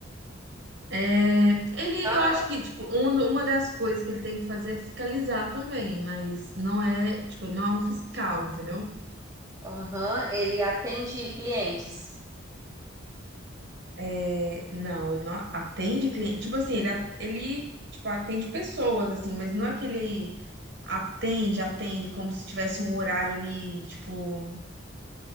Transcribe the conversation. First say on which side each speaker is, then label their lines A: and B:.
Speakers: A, on the right; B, on the right.
A: É, ele,
B: Fiscal,
A: eu acho
B: assim?
A: que, tipo, um, uma das coisas que ele tem que fazer é fiscalizar também, mas não é, tipo, ele não é um fiscal, entendeu?
B: Aham, ele atende clientes.
A: É, não, ele não atende cliente. Tipo assim, ele, a- ele tipo, atende pessoas, assim, mas não é que ele atende, atende como se tivesse um horário ali, tipo.